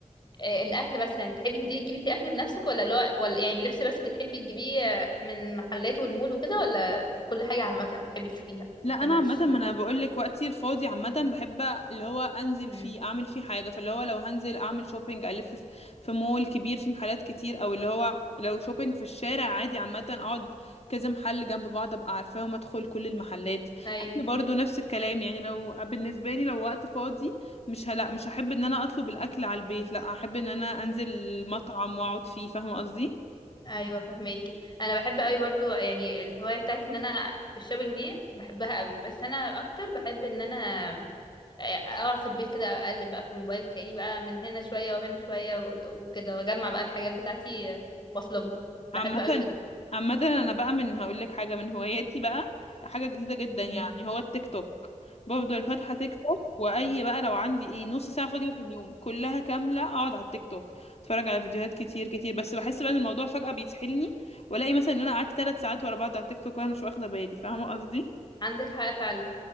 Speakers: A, on the left (about 35°); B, on the left (about 55°).
A: آه، الاكل مثلا تحبي تدي- تجيبي انت اكل بنفسك ولا اللي هو ولا يعني اللبس بس اللي تحبي تجيبيه آه، من محلات والمول وكده ولا كل حاجه عامه بتحبي تشوفيها
B: لا
A: قبل
B: انا
A: ما
B: عامه
A: تشتريها
B: ما انا بقول لك وقتي الفاضي عامه بحب اللي هو انزل
A: مم.
B: فيه اعمل فيه حاجه فاللي هو لو هنزل اعمل شوبينج الف في في مول كبير فيه محلات كتير او اللي هو لو شوبينج في الشارع عادي عامه اقعد كذا محل جنب بعض ابقى عارفاهم ادخل كل المحلات
A: ايوه
B: اكل برضو نفس الكلام يعني لو بالنسبه لي لو وقت فاضي مش هلا مش هحب ان انا اطلب الاكل على البيت لا احب ان انا انزل مطعم واقعد فيه فاهمه قصدي
A: ايوه فهماكي انا بحب قوي برضو يعني الهوايه بتاعتي ان انا في الشوبينج دي بحبها قوي بس انا اكتر بحب ان انا آه، اقعد في البيت كده اقلب بقى في الموبايل تلاقيني بقى من هنا شويه وهنا شويه و- وكده واجمع بقى الحاجات بتاعتي آه، واطلبها بحب
B: عامة
A: قوي كده
B: عامة انا بقى من هقول لك حاجة من هواياتي بقى حاجة جديدة جدا
A: مم.
B: يعني هو التيك توك بفضل فاتحة تيك توك واي بقى لو عندي ايه نص ساعة فاضية في اليوم كلها كاملة اقعد على التيك توك اتفرج على فيديوهات كتير كتير بس بحس بقى ان الموضوع فجأة بيسحلني والاقي مثلا ان انا قعدت ثلاث ساعات ورا بعض على التيك توك وانا مش واخدة بالي فاهمة قصدي؟
A: عندك حق فعلا